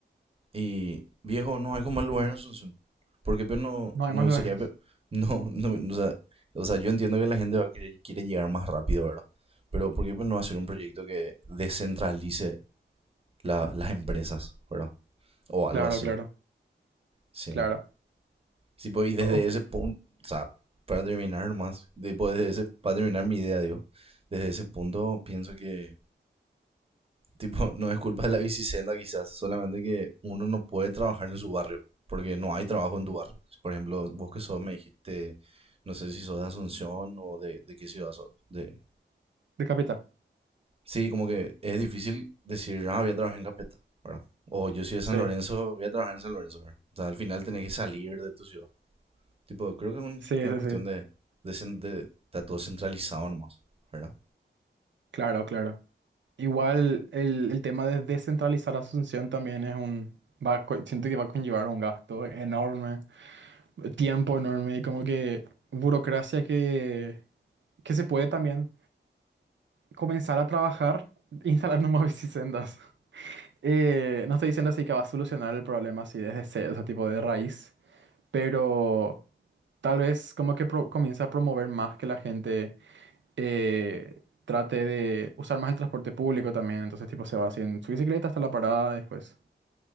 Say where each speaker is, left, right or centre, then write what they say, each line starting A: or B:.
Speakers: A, on the right; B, on the right.
A: Y viejo, no hay como el lugar en Asunción. Porque pero no,
B: No hay
A: no
B: más lugar.
A: sería... pe- <laughs> No, no, o sea, o sea, yo entiendo que la gente va a querer- quiere llegar más rápido, ¿verdad? Pero ¿por qué pues, no hacer un proyecto que descentralice la- las empresas, ¿verdad? O algo
B: Claro,
A: así,
B: claro,
A: sí.
B: claro.
A: Sí, pues, y desde
B: Oh,
A: ese punto, o sea, para terminar nomás, de- pues, desde ese, para terminar mi idea, digo, desde ese punto pienso que tipo, no es culpa de la bicicenda quizás, solamente que uno no puede trabajar en su barrio, porque no hay trabajo en tu barrio. Por ejemplo, vos que sos, me dijiste, no sé si sos de Asunción o de, de qué ciudad sos. De...
B: decapita.
A: Sí, como que es difícil decir, ah, voy a trabajar en Capeta, ¿verdad? O yo soy de San
B: Sí,
A: Lorenzo, voy a trabajar en San Lorenzo, ¿verdad? O sea, al final tenés que salir de tu ciudad. Tipo, creo que es un-
B: sí,
A: una
B: sí,
A: cuestión
B: sí.
A: de, de, cen- de- está todo centralizado nomás, ¿verdad?
B: Claro, claro. Igual el, el tema de descentralizar Asunción también es un... Va, a co- siento que va a conllevar un gasto enorme, tiempo enorme y como que burocracia que, que se puede también comenzar a trabajar <laughs> instalando más bicisendas. Eh, no estoy diciendo así que va a solucionar el problema así desde cero, ese tipo de raíz, pero tal vez como que pro- comienza a promover más que la gente eh, trate de usar más el transporte público también. Entonces, tipo, se va así en su bicicleta hasta la parada después.